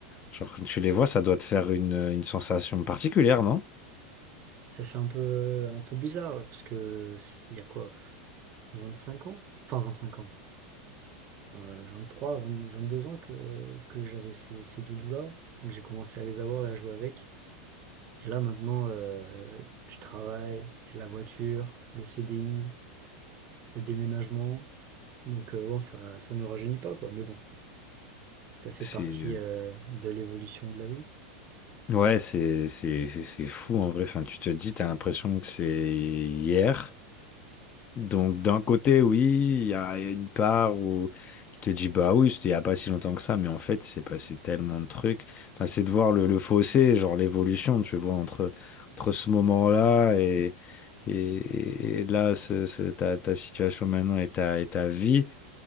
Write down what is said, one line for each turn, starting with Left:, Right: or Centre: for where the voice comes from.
Left: Genre, quand tu les vois, ça doit te faire une, euh, une sensation particulière, non?
Right: ça fait un peu, un peu bizarre, ouais, parce que c'était il y a quoi, 25 ans? Enfin, 25 ans. Euh, 23, 20 22 ans que, que j'avais ces, ces doudous-là, que j'ai commencé à les avoir et à jouer avec. Et là, maintenant, euh, je travaille, j'ai la voiture, le CDI, le déménagement. Donc, euh, bon, ça, ça ne rajeunit pas, quoi. Mais bon, ça fait
Left: C'est...
Right: partie,
Left: euh,
Right: euh, de l'évolution de la vie.
Left: Ouais, c'est c'est- c'est- c'est fou en vrai. Enfin, tu te dis, t'as l'impression que c'est hier. Donc, d'un côté, oui, il y a une part où qui te dit, bah oui, c'était il n'y a pas si longtemps que ça, mais en fait, il s'est passé tellement de trucs. Enfin, c'est de voir le, le fossé, genre l'évolution, tu vois, entre, entre ce moment-là et, et, et là, ce, ce- ta, ta situation maintenant et ta, et ta vie.